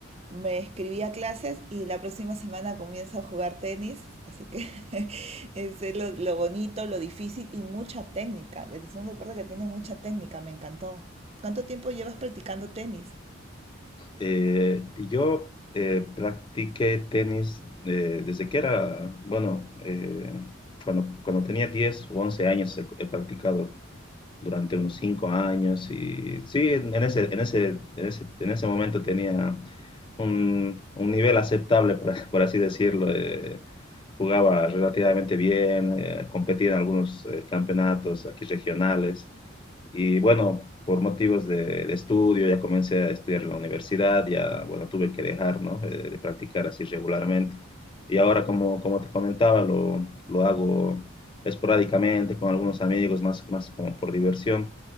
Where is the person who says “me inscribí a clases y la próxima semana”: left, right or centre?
Right